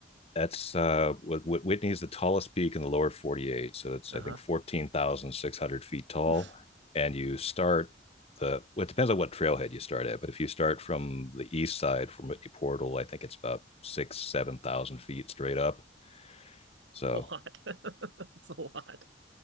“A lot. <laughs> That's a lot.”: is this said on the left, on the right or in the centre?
Right